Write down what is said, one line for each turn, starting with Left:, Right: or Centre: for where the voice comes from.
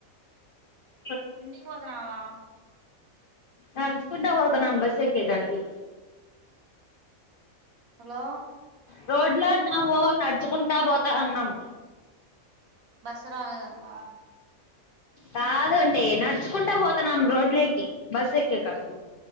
Left: గా
Right: ఇంటికి పోదనావా
Left: నడుచుకుంటూ పోతున్నాం బస్సు ఎక్కి కాడికి
Right: హలో
Left: రోడ్ లోన్నాము నడుచుకుంటా పోతా ఉన్నాము
Right: ఇత్తరాయంగా
Left: కాదు అండి నడుచుకుంటా పోతాన్నాం రోడ్లేకి బస్సు ఎక్కే కాడికి